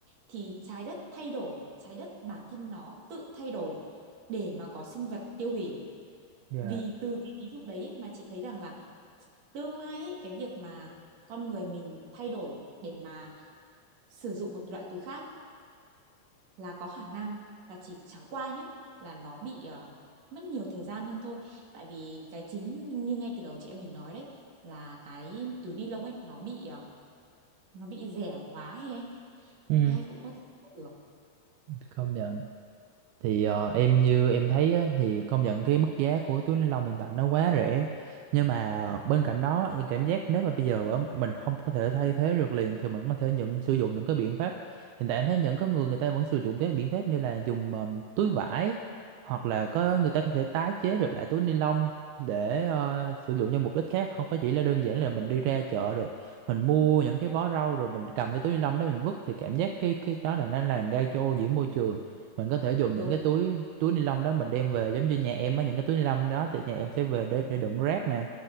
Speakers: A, on the right; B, on the right.
A: thì trái đất thay đổi trái đất bản thân nó tự thay đổi để mà có sinh vật tiêu hủy
B: Dạ,
A: vì từ cái ví dụ đấy mà chị thấy rằng là tương lai ấy, cái việc mà con người mình thay đổi để mà sử dụng một loại từ khác là có khả năng là chỉ chẳng qua nhá là nó bị ờ, mất nhiều thời gian hơn thôi tại vì cái chính như ngay từ đầu chị em mình nói đấy là cái túi ni lông ấy nó bị ờ, nó bị rẻ quá hay em
B: Ừ,
A: ai cũng có thể mua được
B: công nhận thì ờ, em như em thấy á, thì công nhận cái mức giá của túi ni lông hiện tại nó quá rẻ nhưng mà ờ, bên cạnh đó em cảm giác nếu mà bây giờ á, mình không có thể thay thế được liền thì mình có thể nhận sử dụng những cái biện pháp hiện tại em thấy những có người người ta vẫn sử dụng các biện pháp như là dùng ờm, túi vải hoặc là có người ta có thể tái chế được lại túi ni lông để ờ, sử dụng cho mục đích khác không có chỉ là đơn giản là mình đi ra chợ rồi mình mua những cái bó rau rồi mình cầm cái túi ni lông đó mình vứt thì cảm giác cái cái đó là nó làm gây cho ô nhiễm môi trường mình có thể dùng
A: đúng
B: những cái túi túi ni lông đó mình đem về giống như nhà em á những cái túi ni lông đó thì nhà em sẽ về để để đựng rác nè